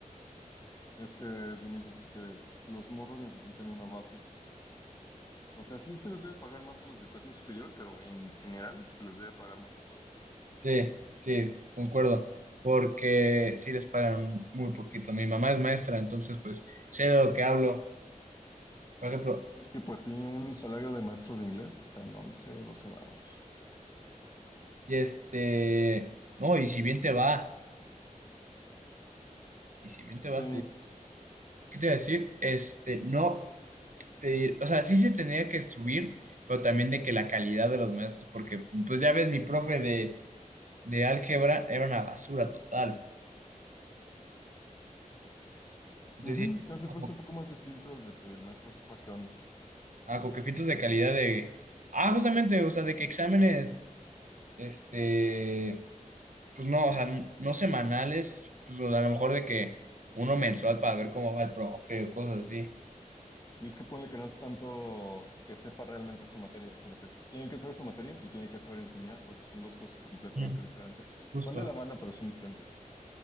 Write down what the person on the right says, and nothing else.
Sí, sí, concuerdo. Porque sí les pagan muy poquito. Mi mamá es maestra, entonces pues sé de lo que hablo. Por ejemplo,
y este, no, y si bien te va, y si bien te va,
te- ¿qué te iba a decir? Este, no, te, o sea, sí se tendría que subir, pero también de que la calidad de los maestros, porque pues ya ves, mi profe de, de álgebra era una basura total. Entonces,
sí,
como
a coquefitos de calidad de. Ah, justamente, o sea, de que exámenes, este, pues no, o sea, n- no semanales, pues a lo mejor de que uno mensual para ver cómo va el profe o cosas así.
Mm.
Justo.